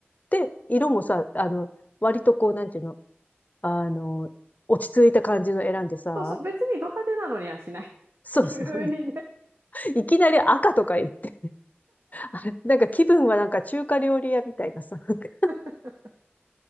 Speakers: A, on the left; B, on the right.
A: で、色もさ、あの、割とこう、なんていうのあの、落ち着いた感じの選んでさ、
B: そうそう、別にド派手なのにはしない。
A: <laughs> そうそう。
B: <laughs> 急にね。
A: <laughs> いきなり赤とか言って、<laughs> なんか気分はなんか中華料理屋みたいなさ、なんか
B: <laughs>